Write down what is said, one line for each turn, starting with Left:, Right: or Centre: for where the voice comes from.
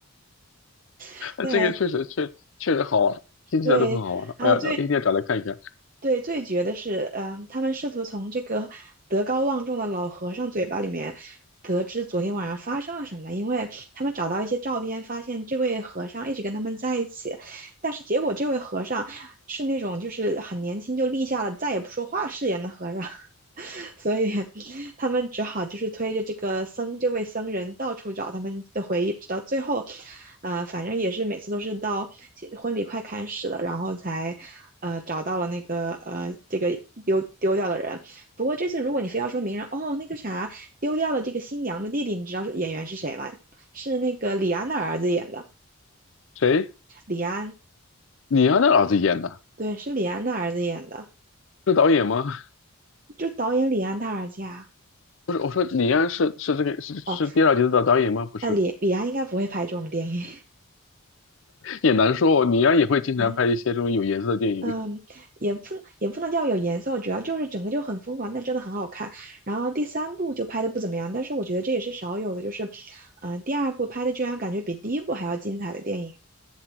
Left: <laughs>
Right: <laughs> 对
Left: 这个确实确确实好玩，听起来都很好玩，
Right: 对，啊，
Left: 我要一定要找来看一看，
Right: 对，最绝的是，嗯，他们试图从这个德高望重的老和尚嘴巴里面得知昨天晚上发生了什么，因为他们找到一些照片，发现这位和尚一直跟他们在一起，但是结果这位和尚是那种就是很年轻就立下了再也不说话誓言的和尚，所以他们只好就是推着这个僧这位僧人到处找他们的回忆，直到最后，呃，反正也是每次都是到婚礼快开始了，然后才呃找到了那个呃这个丢丢掉的人。不过这次如果你非要说明人，哦，那个啥丢掉了这个新娘的弟弟，你知道是演员是谁吗？是那个李安的儿子演的，
Left: 谁？
Right: 李安，
Left: 李安的儿子演的，
Right: 对，是李安的儿子演的，
Left: 是导演吗？
Right: 就导演李安他儿子呀。
Left: 不是，我说李安是是这个是是第二集的导导演吗？
Right: 哦，
Left: 不是，
Right: 那李李安应该不会拍这种电影
Left: 也难说哦李安也会经常拍一些这种有颜色的电影。
Right: 嗯。<laughs> 嗯，也不也不能叫有颜色，主要就是整个就很疯狂，但真的很好看。然后第三部就拍的不怎么样，但是我觉得这也是少有的，就是，嗯、第二部拍的居然感觉比第一部还要精彩的电影。